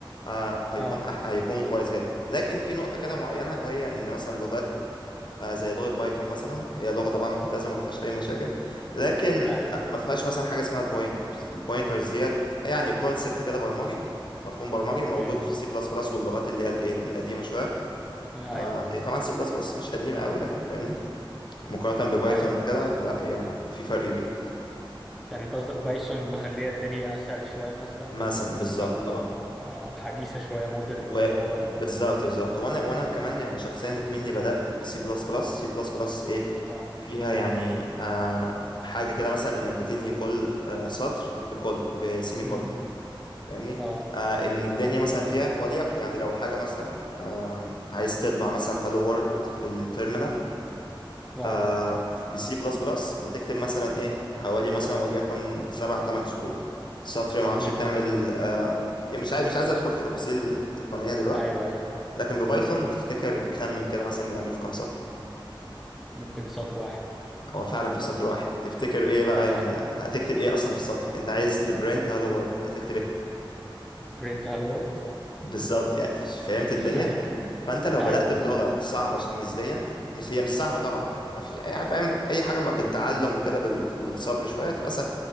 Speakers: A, on the left (about 60°); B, in the centre.
A: أه هيكون
B: اه
A: أح... هيكون كويس جدا لكن في نقطة كده معينة وهي إن مثلا لغات آه، زي لغة بايثون مثلا هي لغة طبعا ممتازة ما فيهاش أي مشاكل لكن
B: ايوه
A: آه، ما فيهاش مثلا حاجة اسمها البوينترز البوينترز ديت يعني كونسبت كده برمجي مفهوم برمجي موجود
B: امم
A: في سي بلس بلس واللغات اللي هي الايه القديمة شوية
B: ايوه
A: آه،
B: ايوه
A: هي طبعا سي بلس بلس مش قديمة قوي لكن فاهمني مقارنة ببايثون
B: ايوه
A: وكده لا هي في فرق كبير
B: يعني انت قصدك بايثون مخليه الدنيا اسهل شويه مثلا
A: مثلا بالظبط
B: او اللي
A: اه
B: هو اه حديثه شويه مودرن
A: وبالظبط
B: اللي هو ال...
A: بالظبط وانا وانا كمان
B: ايوه
A: يعني شخصيا كمني بدات بسي بلس بلس سي بلس بلس ايه
B: اه
A: فيها يعني آه حاجه كده مثلا انك بتنهي كل آه سطر بكل بسيمي
B: امم
A: كول فاهمني
B: اه
A: آه ان الدنيا
B: اه
A: مثلا فيها وليك يعني لو حاجه مثلا آه عايز تطبع مثلا هالو وورلد في التيرمينال
B: اه
A: آه بسي بلس بلس بتكتب مثلا ايه حوالي مثلا وليكن سبع تمن سطور سطر ما اعرفش
B: امم
A: بتعمل آه يعني مش عايز مش عايز ادخل في تفاصيل تقنيه دلوقتي
B: ايوه ايوه
A: لكن ببايثون تفتكر خمن كده مثلا بنعمله في كام سطر
B: ممكن سطر واحد
A: هو فعلا في سطر واحد تفتكر ايه بقى
B: ايوه
A: يعني هتكتب ايه اصلا في السطر انت عايز تبرنت هالو وورلد هتكتب ايه
B: <laughs> برنت هالو وورد
A: بالظبط يعني فهمت الدنيا
B: <laughs> ايوه
A: فانت لو بدأت
B: ايوه
A: بلغة صعبة نسبيا مش هي مش صعبة طبعا يعني ما فيش يعني فاهم اي حاجة ما بالتعلم وكده بال... والصبر شوية هتبقى سهل